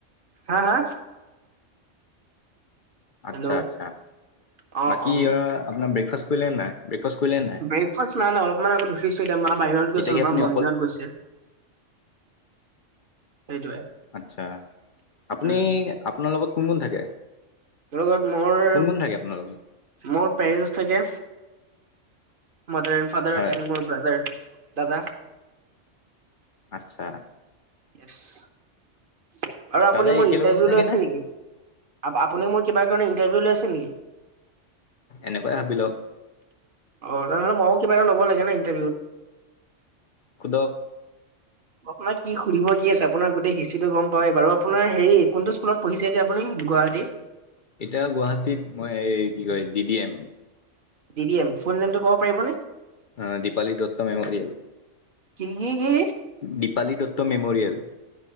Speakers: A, on the right; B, on the left.
A: হা হা!
B: আচ্ছা
A: হেল্ল'
B: আচ্ছা।
A: অ',
B: বাকী
A: অ',
B: আপোনাৰ ব্ৰেকফাষ্ট কৰিলে নাই ব্ৰেকফাষ্ট কৰিলে নাই?
A: ব্ৰেকফাষ্ট নাই নাই অলপমান আগত মা বাহিৰত গৈছে
B: এতিয়া
A: অলপমান
B: কি আপুনি
A: মৰ্ণিঙত
B: অকল
A: গৈছে। সেইটোৱে।
B: আচ্ছা আপুনি
A: উম,
B: আপোনাৰ লগত কোন কোন থাকে?
A: মোৰ লগত মোৰ
B: কোন কোন থাকে আপোনালোকৰ?
A: মোৰ পেৰেণ্টছ থাকে, মাডাৰ এণ্ড ফাদাৰ
B: হয়
A: এণ্ড মোৰ ব্ৰাদাৰ। দাদা
B: আচ্ছা।
A: য়েছ আৰু আপুনি
B: দাদাই
A: মোৰ
B: একেলগতে
A: ইণ্টাৰভিউ
B: থাকেনে
A: লৈছে নেকি? আপুনি মোৰ কিবা কাৰণে ইণ্টাৰভিউ লৈ আছে নেকি?
B: এনেকুৱাই ভাবি লওক।
A: অ তেনেহ'লে মইও কিবা এটা ল'ব লাগে ন ইণ্টাৰভিউত।
B: শুধক।
A: আপোনাক কি সুধিব কি আছে আপোনাৰ গোটেই হিষ্ট্ৰীটো গম পাৱেই বাৰু আপোনাৰ হেৰি কোনটো স্কুলত পঢ়িছে এতিয়া আপুনি গুৱাহাটী?
B: এতিয়া গুৱাহাটীত মই এই কি কয় D D M.
A: D D M, full নেমটো ক'ব পাৰিব নে?
B: অ দীপালী দত্ত মেম'ৰিয়েল।
A: কি কি কি?
B: দীপালী দত্ত মেম'ৰিয়েল।